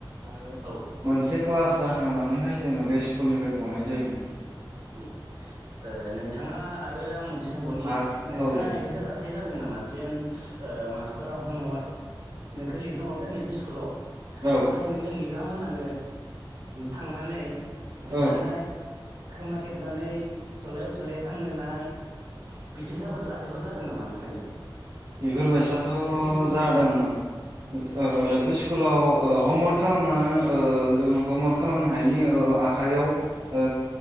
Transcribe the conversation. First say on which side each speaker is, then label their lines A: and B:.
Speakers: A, on the right; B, on the right.
A: आरो
B: औ
A: मोनसे क्लास जाखानैहाय जोङो बे स्कुलनिफ्राय गनाय जायोमोन।
B: ओम ओ नोंथाङा आरो आं मोनसे सोंबावनि
A: आरो
B: नोंथाङा
A: औ दे बुं
B: एफिसा जाथाय जा दों नामा जेन ओ मास्टारा हमवार्क नोंखौ लिरनो हरदों एल पि स्कुलाव
A: औ
B: ओमफ्राय नोङो लिरामोनानो थांनानै बुजानाय
A: औ
B: खोमा खेबनानै जलाय उथुलाय खालामनो होनाय। बिफोरबायसाफोर जाथायफोर जादों नामा नोंथांनियाव
A: बेफोरबायसाथ'
B: एल पि स्कुल
A: जादोंमोन।
B: टाइमाव
A: ओ
B: औ
A: एल पि स्कुलाव ओ हमवार्क खालामनानै ओ जोङो हमवार्क खालामनो हायिनि ओ आखाइआव ओ